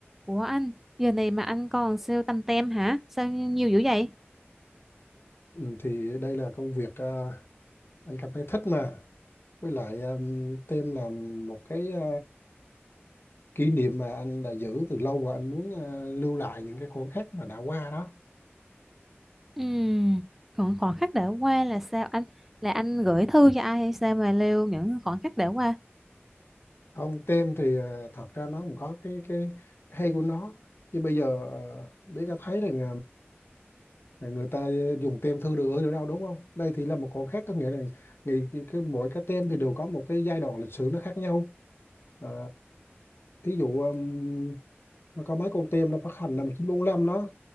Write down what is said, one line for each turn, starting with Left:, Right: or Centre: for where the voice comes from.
Centre: Ủa anh, giờ này mà anh còn sale tăm tem hả? Sao nhiều dữ vậy?
Left: Ừ, thì đây là công việc à, anh cảm thấy thích mà với lại um, tem là một cái à, kỷ niệm mà anh đã giữ từ lâu và anh muốn à, lưu lại những cái khoảnh khắc mà đã qua đó
Centre: Ừm, còn khoảnh khắc đã qua là sao anh? Là anh gửi thư cho ai hay sao mà lưu những khoảnh khắc đã qua?
Left: không tem thì à, thật ra nó cũng có cái cái hay của nó nhưng bây giờ uh, biết có thấy rằng à, người ta dùng tem thư được gửi được đâu đúng không đây thì là một khoảnh khắc có nghĩa là ngày, cái, cái, mỗi cái tem thì đều có một cái giai đoạn lịch sử nó khác nhau À, thí dụ um, nó có mấy con tem nó phát hành năm một nghìn chín trăm bốn lăm đó